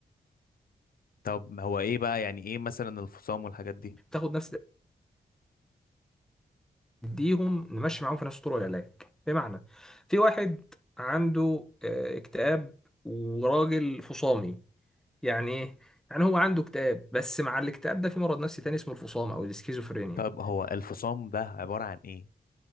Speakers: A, on the left; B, in the centre.
A: طب هو ايه بقى يعني ايه مثلا الفصام والحاجات دي
B: تاخد نفس تديهم نمشي معاهم في نفس طرق العلاج بمعنى في واحد عنده آه، اكتئاب وراجل فصامي يعني ايه يعني هو عنده اكتئاب بس مع الاكتئاب ده في مرض نفسي تاني اسمه الفصام او الاسكيزوفرينيا
A: طب هو الفصام ده عبارة عن ايه